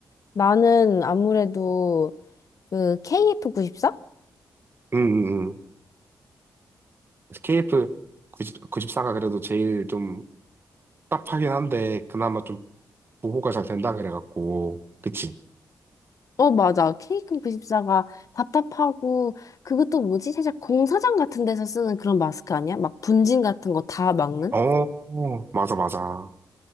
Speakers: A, on the left; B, on the right.
A: 나는 아무래도 그 KF94?
B: 응응응. KF 9구십4가 그래도 제일 좀 답하긴 한데, 그나마 좀 보호가 잘 된다 그래갖고. 그치?
A: 어, 맞아. 케이크 94가 답답하고, 그것도 뭐지? 살짝 공사장 같은 데서 쓰는 그런 마스크 아니야? 막 분진 같은 거 다 막는?
B: 어, 맞아, 맞아.